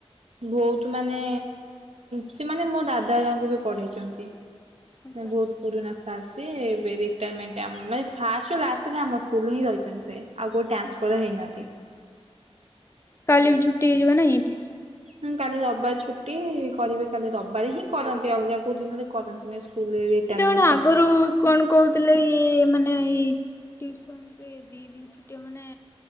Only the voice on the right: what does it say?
ବହୁତ ମାନେ ସେମାନେ ମୋ ଦାଦା ହେତିକାଙ୍କୁ ବି ପଢେଇଛନ୍ତି।
ହଁ ବହୁତ। ଗୁରୁନାସ ଆସିୀ ଏବେ ରିଟାୟାରମେଣ୍ଟ ମାନେ ଫାଷ୍ଟ ଲାଷ୍ଟ ପରେ ଆମ ସ୍କୁଲ ହିଁ ରହିଛନ୍ତି। ସେ ଆଉ କେଉଁ
ଟ୍ରାନ୍ସଫର୍ ହେଇନାହାନ୍ତି।
ହୁଁ କାଲି ରବିବାର ଛୁଟି କରିବେ କାଲି ରବିବାରେ ହିଁ କରନ୍ତି ଅଲଗା କୋଉ ଦିନରେ କରନ୍ତିନି। ସ୍କୁଲରେ ରିଟାର୍ଣ୍ମଣ୍ଟ
ଫଙ୍କସନ୍।